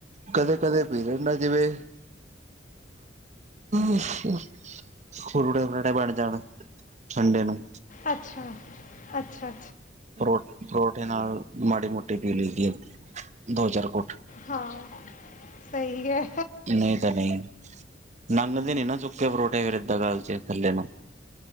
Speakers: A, on the right (about 40°); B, on the left (about 45°).
A: ਕਦੇ-ਕਦੇ ਪੀ ਲੀਨਾ ਜਿਵੇਂ ਅੱਛਾ। ਫੁਰਡੇ ਫਡੇ ਬਣ ਜਾਣ, ਸੰਡੇ ਨੂੰ।
B: ਅੱਛਾ, ਅੱਛਾ-ਅੱਛਾ।
A: ਪਰੋ ਪਰੋਠੇ ਨਾਲ ਮਾੜੀ ਮੋਟੀ ਪੀ ਲੀ ਦੀ ਐ, ਦੋ-ਚਾਰ ਕੁਟ।
B: ਹਾਂ, ਸਈ ਐ।
A: ਨਈ ਤਾਂ ਨਈ ਨੰਘਦੇ ਨੀ ਨਾ ਸੁੱਕੇ ਪਰੋਠੇ ਫੇਰ ਏਦਾਂ ਗਲ 'ਚ ਥੱਲੇ ਨੂੰ।